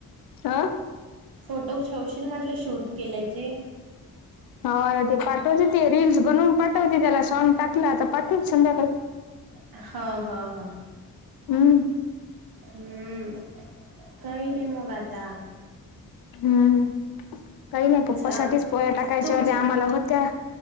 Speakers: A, on the left; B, on the right.
A: आं,,
B: फोटो ठेवशील म्हटलं शूट केल्याचे.
A: होव आता ते पाठवते, ते रीलल्स बनवून पाठवते, त्याला सॉग टाकलं, तर आता पाठवते संध्याकाळी.
B: हा, हा, हा.
A: हम्,
B: हम, काही नाही मग आता.
A: हम्म, काही नाही
B: अच्छा
A: पप्पासाठीच पोया्या टाकायच्या
B: तुमचे
A: हो्या,, आम्हाला होत्या.